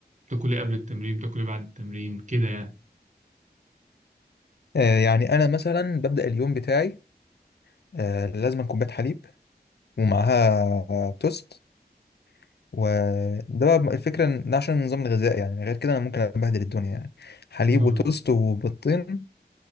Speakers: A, on the right (about 45°); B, on the left (about 75°).
A: بتاكل ايه قبل التمرين بتاكل ايه بعد التمرين كده يعني
B: آه، يعني أنا مثلا ببدأ اليوم بتاعي آه، لازم كوباية حليب ومعاها توست وده بقى الفكرة إن ده عشان النظام الغذائي يعني غير كده أنا ممكن أبهدل الدنيا يعني حليب
A: اه
B: وتوست وبيضتين